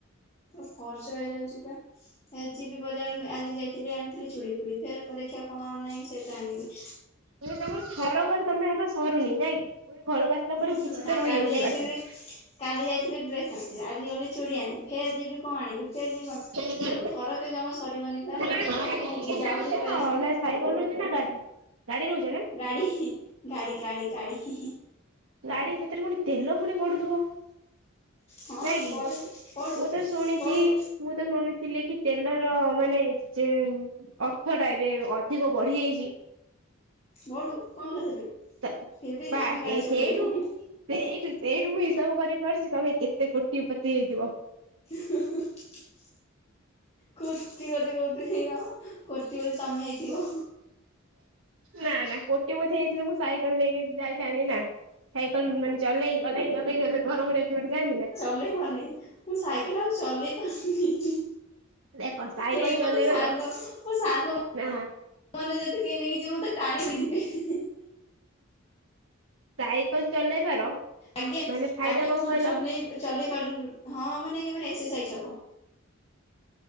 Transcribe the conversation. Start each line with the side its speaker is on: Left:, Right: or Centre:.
Left: ଖର୍ଚ୍ଚ ହେଇଯାଉଚି ବା ଏ ଆଜିିବି ବି ବଜାର ଆଜି ଯାଇଥିଲି ଆଣିଥିଲି ଚୁଡ଼ି ଫୁଡ଼ି, ଫେର୍ ଦେଖିବା କଣ ନାହିଁ ସେଇଟା ଆଣିବି।
Right: ମୁଁ କହିଲି ତମର ଥରକରେ ତମର ସରୁନି ନା କି? ପୁଣି ଘରକୁ ଆସିଲା ପରେ
Left: କାଲି
Right: କିଛି ତ ରହିଯାଉଛି
Left: ଯାଇଥିଲି
Right: ବାକି।
Left: କାଲି ଯାଇଥିଲି ଡ୍ରେସ୍ ଆଣିଥିଲି, ଆଜି ଗଲି ଚୁଡ଼ି ଆଣି ଫେର୍ ଯିବି, କଣ କଣ ଆଣିବି କେ ଯିବ
Right: ଆଚ୍ଛା
Left: ମୋର ଥରକେ ଜମା ସରିବନି ବା,
Right: ତମେ ଗାଡି ନେଇକି
Left: ମୁଁ ଯାଉଥିବି
Right: ଯାଉଛ
Left: ବା ଆସି।
Right: ନା ସାଇକଲ ନଉଛ ନା ଗାଡି, ଗାଡି ନଉଛ ନା?
Left: ଗାଡ଼ି ଗାଡ଼ି ଗାଡ଼ି ଗାଡ଼ି।
Right: ଗାଡି, ସେଥିରେ ପୁଣି ତେଲ ପୁଣି ପଡୁଥିବ?
Left: ହଁ
Right: ନା କି,
Left: ପଢୁନି ପଢୁ
Right: ମୁଁ ତ ଶୁଣିଚି
Left: ପଢୁ
Right: ମୁଁ ତ ଶୁଣିଥିଲି କି ତେଲର ମାନେ ଯେ ଅର୍ଥଟା ଏବେ ଅଧିକ ବଢି ଯାଇଚି।
Left: ବଢ଼ୁ କଣ ହେଲା ସେଠୁ,
Right: ତ
Left: ଫିରଭି
Right: ବାସ୍
Left: ଆମେ ଗାଡି
Right: ଏ
Left: ଚଲେଇବୁ।
Right: ସେଇଠୁ ସେଇଠୁ ସେଇଠୁ ମୁଁ ହିସାବ କରିପାରୁଚି ତମେ କେତେ କୋଟି ପତି ହେଇଥିବ।
Left: <unintelligible> କୋଟିପତି ବହୁତ୍ ହେଇଥିବ କୋଟିପତି ତମେ ହେଇଥିବ।
Right: ନା ନା କୋଟିପତି ହେଇଥିଲେ ମୁଁ ସାଇକେଲ ନେଇକି ଯାଇଥାନ୍ତିି ନା? ସାଇକଲ ମାନେ ଚଲେଇ ଚଲେଇ ଚଲେଇଲେ ଗରମରେ ଏତେ ବାଟ ଯାଆନ୍ତି ନା?
Left: ମୁଁ ଚଲେଇପାରୁନି, ମୁଁ ସାଇକେଲ ଆଉ ଚଲେଇପାରୁନି।
Right: ଦେଖ ସାଇକେଲ
Left: କେହି
Right: ଚଲେଇବାର
Left: ମତେ ସାଙ୍ଗ, ମୋ ସାଙ୍ଗ ମତେ
Right: ନା
Left: ସାଙ୍ଗ ମାନେ ଯଦି କେହି ନେଇକିଯିବେ ମତେ ଟାଣିକି ନେଇଯିବେ।
Right: ସାଇକେଲ ଚଲେଇବାର
Left: ଆଜ୍ଞ
Right: ମାନେ ଫାଇଦା
Left: ଆଜ୍ଞା
Right: କଣ
Left: ମୁଁ
Right: କହିଲ
Left: ଚଲେଇ ଚଲେଇ <inaudible> ହଁ ମାନେ କି ମାନେ ଏକ୍ସରସାଇଜ ହବ।